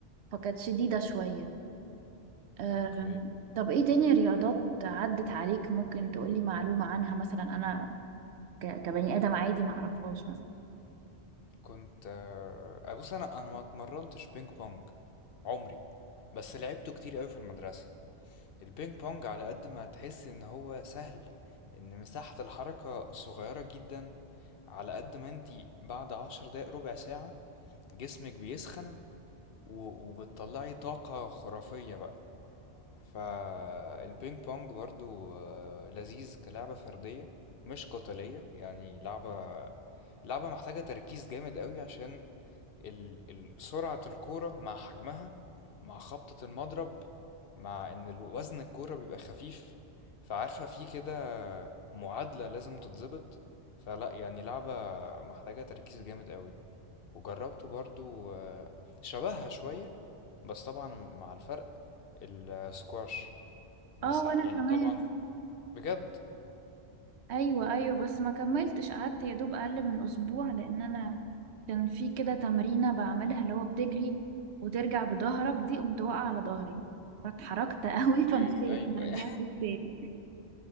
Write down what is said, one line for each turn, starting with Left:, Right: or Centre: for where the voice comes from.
Right: فكانت شديدة شوية آم،
Left: اوكي
Right: طب ايه تاني رياضات عدت عليك ممكن تقولي معلومة عنها مثلا انا ك- كبني ادم عادي معرفهاش مثلا
Left: كنت آه، بص انا انا ما اتمرنتش بينج بونج عمري بس لعبته كتير قوي في المدرسه البينج بونج على قد ما هتحس ان هو سهل ان مساحه الحركه صغيره جدا على قد ما انتي بعد عشر دقايق ربع ساعه جسمك بيسخن و- وبتطلعي طاقه خرافيه بقى فالبينج بونج برضو آه، لذيذ كلعبة فردية مش قتالية يعني لعبة لعبة محتاجة تركيز جامد قوي عشان ال... ال... سرعة الكورة مع حجمها مع خبطة المضرب مع ان ال- وزن الكورة بيبقى خفيف فعارفة في كده معادلة لازم تتظبط فلا يعني لعبة محتاجة تركيز جامد قوي وجربت برضو آه، شبهها شوية بس طبعا مع الفرق السكواش مس-
Right: اه وانا
Left: يعني
Right: كمان
Left: طبعا بجد
Right: ايوه ايوه بس ما كملتش قعدت يا دوب اقل من اسبوع لان انا كان في كده تمرينه بعملها اللي هو بتجري وترجع بظهرك دي قمت واقعه على ظهري فاتحركت <laughs> قوي
Left: اوكي
Right: فمشيت
Left: ايوه
Right: ما رجعتش تاني